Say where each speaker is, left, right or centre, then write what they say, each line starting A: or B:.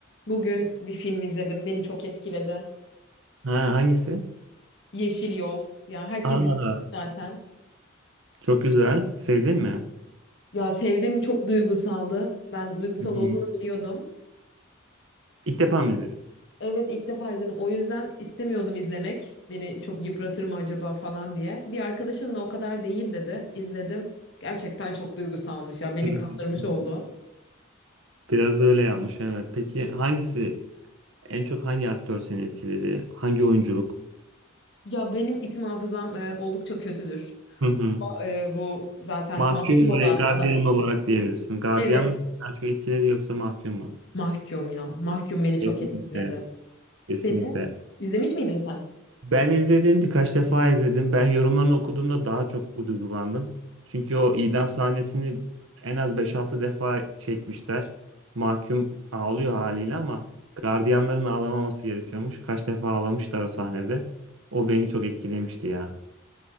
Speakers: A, on the left (about 60°); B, on the right (about 70°).
A: Bugün bir film izledim. Beni çok etkiledi.
B: Ha hangisi?
A: Yeşil Yol. Ya herkes
B: Aa
A: izlemiş zaten.
B: çok güzel. Sevdin mi?
A: Ya sevdim çok duygusaldı. Ben duygusal
B: Hı hı.
A: olduğunu biliyordum.
B: İlk
A: O-
B: defa mı izledin?
A: Evet ilk defa izledim. O yüzden istemiyordum izlemek. Beni çok yıpratır mı acaba falan diye. Bir arkadaşımla o kadar değil dedi. İzledim. Gerçekten çok duygusalmış ya. Beni
B: <laughs>
A: kandırmış oldu.
B: Biraz da öyle yapmış evet. Peki hangisi en çok hangi aktör seni etkiledi? Hangi oyunculuk?
A: Ya benim isim hafızam e, oldukça kötüdür.
B: Hı hı.
A: Ama, e, bu zaten
B: Mahkum
A: masum olan
B: ve gardiyan
A: adam.
B: olarak diyebilirsin. Gardiyan
A: Evet
B: mı seni daha çok etkiledi yoksa mahkum mu?
A: mahkum ya. Mahkum beni çok
B: Kesinlikle.
A: etkiledi.
B: Kesinlikle.
A: Seni? İzlemiş miydin sen?
B: Ben izledim birkaç defa izledim. Ben yorumlarını okuduğumda daha çok duygulandım. Çünkü o idam sahnesini en az beş altı defa çekmişler. Mahkum ağlıyor haliyle ama gardiyanların ağlamaması gerekiyormuş. Kaç defa ağlamışlar o sahnede. O beni çok etkilemişti ya.